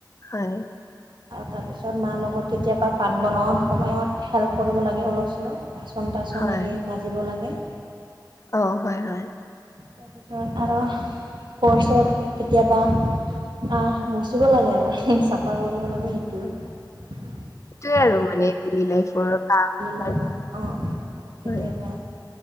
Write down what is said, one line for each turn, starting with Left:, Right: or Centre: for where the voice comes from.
Left: হয়
Right: আৰু তাৰপিছত মাৰ লগত কেতিয়াবা পাত বনোৱা সময়ত হেল্প কৰিব লাগে অলপ। চলপ বাচন তচন
Left: হয়
Right: এৰি মাজিব লাগে
Left: অ হয়- হয়
Right: তাৰপিছত আৰু কৰ চৰ কেতিয়াবা। আহ মচিব লাগে আৰু চাফা কৰিব লাগে সেইটোে
Left: সেইতোয়ে আৰু মানে, দে লাইফৰ কাম।
Right: লাইফত অঁ আৰু কেতিয়াবা
Left: হয়।